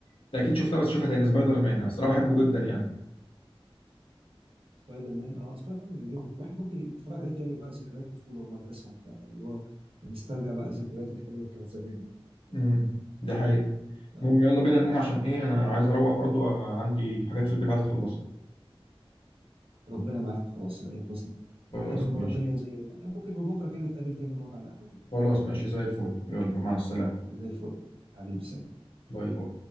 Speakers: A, on the left (about 65°); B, on the right (about 65°).
A: انت اكيد شفتها بس شوفها تاني سبايدر مان انا الصراحه بحبه جدا يعني
B: سبايدر مان اه سبايدر مان جامد الواحد ممكن يتفرج عليه تاني بقى ذكريات طفوله ومدرسه وبتاع بقى هو بنسترجع بقى الذكريات الحلوه بتاعت زمان
A: امم دي حقيقه
B: اه
A: المهم يلا بينا نقوم عشان ايه انا عايز اروح برضو آه، عندي حاجات في البيت عايز اخلصها
B: ربنا معاك خلاص رأيك خلاص نت-
A: خلاص
B: نتقابل مره
A: ماشي
B: تانيه زي ما- يعني ممكن بكره كان نتقابل تاني ونقعد على القهوه كده
A: خلاص ماشي زي الفل يلا مع السلامه
B: زي الفل حبيبي سلام
A: باي باي